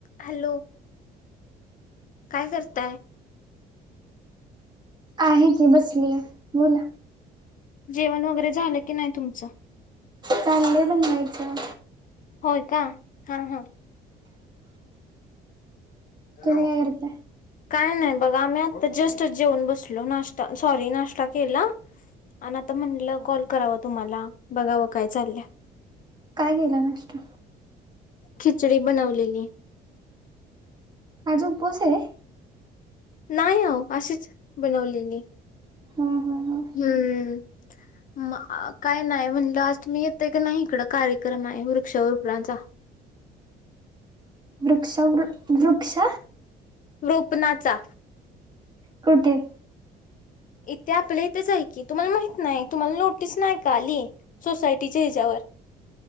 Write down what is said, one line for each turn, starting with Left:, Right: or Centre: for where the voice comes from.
Left: हॅलो काय करताय
Right: आहे की बसलीय बोला
Left: जेवण वगैरे झालं की नाही तुमचं
Right: चाललंय बनवायचं
Left: होय का हा हा हॅलो
Right: तुम्ही काय करताय
Left: काय नाही बघा आम्ही आता जस्ट जेऊन बसलो नाश्ता सॉरी नाश्ता केला आणि आता म्हणलं कॉल करावा तुम्हाला बघावं काय चाललं
Right: काय गेलं नाष्टत
Left: खिचडी बनवलेली
Right: आज उपवास आहे
Left: नाही हो अशीच बनवले नाही
Right: हम हम हम
Left: हम्म म काय नाही म्हणटलं आज तुम्ही येतय काी नाही इकड कार्यक्रम आहे वृक्षगोपणांचा
Right: वृक्ष वृ वृक्ष
Left: रोपनाचा
Right: कुठे
Left: इथे आपल्या इथेच आहे की तुम्हाला माहित नाही तुम्हाला नोटीस नाही का आली सोसायटीच्या ह्याच्यावर